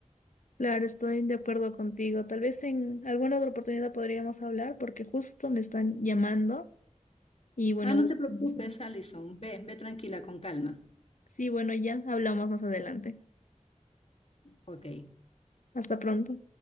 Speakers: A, on the left; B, on the left.
A: Claro, estoy de acuerdo contigo. Tal vez en alguna otra oportunidad podríamos hablar porque justo me están llamando y bueno,
B: Ah, no
A: voy
B: te preocupes,
A: a contestar.
B: Alison. Ve, ve tranquila, con calma.
A: Sí, bueno, ya hablamos más adelante.
B: Ok.
A: Hasta pronto.